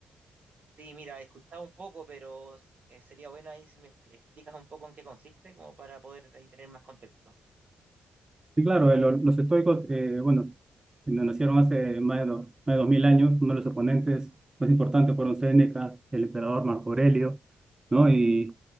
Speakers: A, on the right (about 50°); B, on the right (about 20°).
A: sí, mira, he escuchado un poco, pero eh, sería bueno ahí si me explicas un poco en qué consiste, como para poder ahí tener más contexto.
B: Sí, claro, eh, lo- los estoicos, eh, bueno, nos nacieron hace más de, do- más de 2000 años. Uno de los oponentes más importantes fueron Séneca, el emperador Marco Aurelio, ¿no? Y,